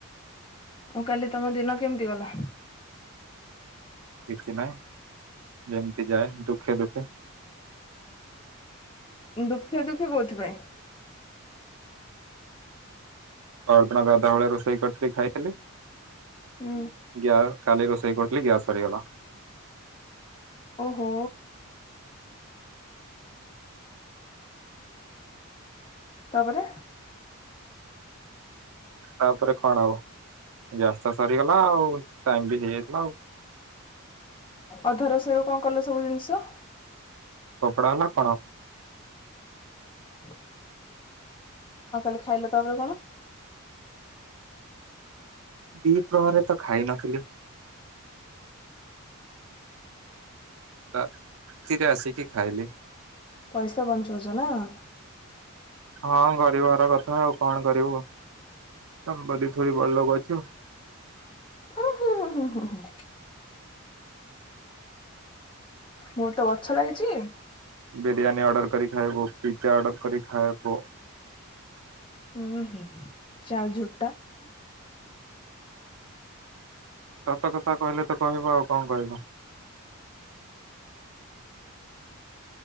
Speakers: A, on the left; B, on the right.
A: ଆଉ କାଲି ତମ ଦିନ କେମତି ଗଲା?
B: କିଛି ନାହିଁ ଯେମତି ଯାଏ ଦୁଃଖେ ଦୁଃଖେ।
A: ଦୁଃଖେ ଦୁଃଖେ କୋଉଥିପାଇଁ?
B: ପହରଦିନ ଗାଧୁଆ ବେଳେ ରୋଷେଇ କରିଥିଲି ଖାଇଦେଲି।
A: ହୁଁ
B: ଗ୍ୟାଓ କାଲି ରୋଷେଇ କରଥୁଲି ଗ୍ୟାସ ସରିଗଲା।
A: ଓହୋ। ତାପରେ?
B: ତାପରେ କଣ ଆଉ ଗ୍ୟାସ୍ ତ ସରିଗଲା ଆଉ ଟାଇମ୍ ବି ହେଇଗଲା ଆଉ।
A: ଅଧା ରୋଷେଇର କଁ କଲ ସବୁ ଜିନିଷ?
B: ଫୋପଡ଼ା ଗଲା।
A: ହ ଆଉ କାଲି ଖାଇଲ ତାପରେ କଣ?
B: ଦିପ୍ରହରେ ତ ଖାଇ ନଥିଲି। ରାତିରେ ଆସକି ଖାଇଲି।
A: ପଇସା ବଞ୍ଚଉଚ ନାଁ?
B: ହଁ ଗରିବ ଘର କଥା ଆଉ କଣ କରିବୁ ତମ ବଡି ଥୋଡ଼ି ବଡ଼ ଲୋକ ଅଛୁ?
A: ଓହୋ ହଁ ହଁ ହଁ। ମୋର ତ ଗଛ ଲାଗିଚି।
B: ବିିରିୟାନୀ ଅର୍ଡର କରି ଖାଇବୁ ପିଜ୍ଜା ଆର୍ଡର କରି ଖାଏବ।
A: ଉଁ ହୁଁ। <unintelligible>
B: ସତ କଥା କହିଲେ ତ କହିବ ଆଉ କଁ କଇବ?